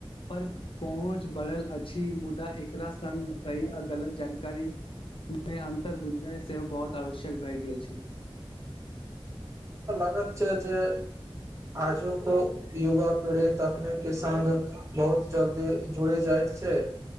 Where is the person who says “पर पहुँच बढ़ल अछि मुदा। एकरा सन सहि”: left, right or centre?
Left